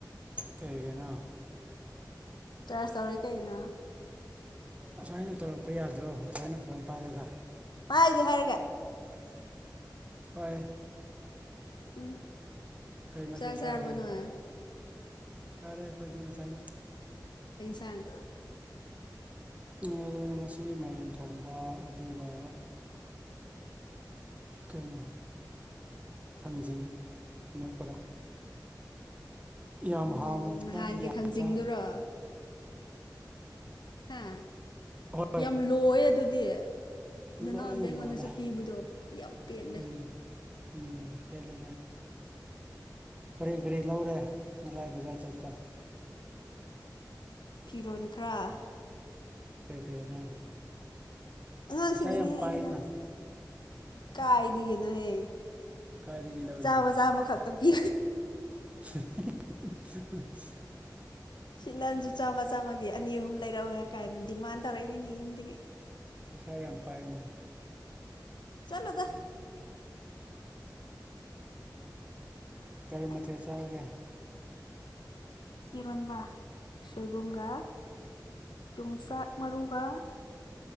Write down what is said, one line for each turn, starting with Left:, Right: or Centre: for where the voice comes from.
Right: ꯀꯩꯒꯤꯅꯣ
Left: ꯆꯥꯔꯖ ꯇꯧꯔꯤ ꯀꯩꯅꯣ
Right: ꯉꯁꯥꯏꯅ ꯇꯧꯔꯛꯄ ꯌꯥꯗ꯭ꯔꯣ ꯉꯁꯥꯏꯅ ꯐꯣꯟ ꯄꯥꯏꯔꯒ
Left: ꯄꯥꯏꯗꯦ ꯍꯥꯏꯔꯒ
Right: ꯄꯥꯏ
Left: ꯎꯝ
Right: ꯃꯊꯦꯜ
Left: ꯆꯥꯛ ꯆꯔꯥꯕꯣ
Right: ꯆꯥꯔꯒꯦ
Left: ꯅꯣꯏ
Right: ꯆꯥꯔꯦ ꯑꯩꯈꯣꯏꯗꯤ ꯉꯁꯥꯏꯅ
Left: ꯉꯥꯡ
Right: ꯉꯥꯏꯔꯦ ꯉꯁꯤ ꯃꯥꯏꯔꯦꯟ ꯊꯣꯡꯕ ꯑꯗꯨꯒ ꯀꯩꯅꯣ ꯊꯥꯡꯖꯤꯡ ꯃꯦꯠꯄꯒ ꯌꯥꯝ
Left: ꯎꯝ
Right: ꯍꯥꯎꯅ
Left: ꯅꯍꯥꯟꯒꯤ
Right: ꯆꯥꯏ ꯌꯥꯝ
Left: ꯊꯥꯡꯖꯤꯡꯗꯨꯔꯣ
Right: ꯆꯥꯏ
Left: ꯍꯥ
Right: ꯍꯣꯏ
Left: ꯌꯥꯝ ꯂꯣꯏꯑꯦ ꯑꯗꯨꯗꯤ ꯅꯅꯥꯎꯣꯟꯕ
Right: ꯂꯣꯏꯅ
Left: ꯑꯩꯉꯣꯟꯗꯁꯨ
Right: ꯂꯣꯏꯔꯦ
Left: ꯄꯤꯕꯗꯣ ꯌꯥꯝ ꯄꯦꯠꯂꯦ
Right: ꯎꯝ ꯎꯝ ꯄꯦꯜꯂꯦ ꯀꯔꯤ ꯀꯔꯤ ꯂꯧꯔꯦ ꯉꯁꯥꯏ ꯕꯖꯥꯔ ꯆꯠꯄꯗ
Left: ꯐꯤꯔꯣꯟ ꯈꯔ
Right: ꯀꯩ ꯐꯤꯔꯣꯜꯅꯣ
Left: ꯑꯉꯥꯡꯁꯤꯡꯒꯤꯅꯦꯍ
Right: ꯄꯩꯁꯥ ꯌꯥꯝ
Left: ꯑꯩꯒꯤ
Right: ꯄꯥꯏꯅ
Left: ꯅꯠꯇꯦ ꯀꯥꯏꯗꯤꯒꯅ ꯍꯦ
Right: ꯀꯥꯏꯗꯒꯤ ꯂꯧꯔꯤꯅꯣ
Left: ꯆꯥꯕ
Right: ꯄꯩꯁꯥ
Left: ꯆꯥꯃ ꯈꯛꯇꯪ ꯄꯤ
Right: <inaudible>
Left: ꯁꯤꯠ ꯅꯟꯁꯨ ꯆꯥꯝꯃ ꯆꯥꯝꯃꯒꯤ ꯑꯅꯤ ꯑꯍꯨꯝ ꯂꯩꯔꯛꯑꯣ ꯀꯥꯏꯅ ꯗꯤꯃꯥꯟ ꯇꯧꯔꯛꯏꯅꯤꯅꯦ ꯌꯨꯝꯗꯒꯤ
Right: ꯄꯩꯁꯥ ꯌꯥꯝ ꯄꯥꯏꯅ
Left: ꯆꯂꯗ
Right: ꯀꯔꯤ ꯃꯊ ꯆꯒꯦ
Left: ꯏꯔꯣꯟꯕ ꯁꯣꯏꯕꯨꯝꯒ ꯌꯣꯡꯆꯥꯛ ꯃꯔꯨꯒ